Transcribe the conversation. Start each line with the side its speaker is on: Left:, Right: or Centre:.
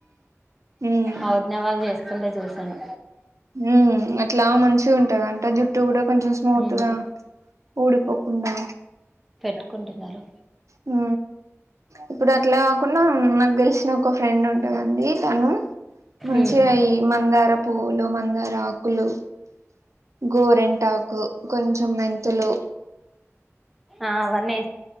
Right: ఉమ్
Centre: అ వదిన వాళ్ళు చేస్ స్తుంటే చూసాను
Right: ఉ అట్లా మంచిగా ఉంటదంట జుట్టు కూడా కొంచెం స్మూత్గా
Centre: ఉమ్
Right: ఊడిపోకుండా
Centre: పెట్టుకుంటున్నారు
Right: ఉ ఇప్పుడు అట్లా కాకున్నా నాకు తెలిసిన ఒక ఫ్రెండ్ ఉం టాడండి తను మంచిగా
Centre: ఉమ్
Right: ఈ మందార పూలు మందారా ఆకులు గోరెంటాకు కొంచెం మెంతులు
Centre: ఆ వన్నీ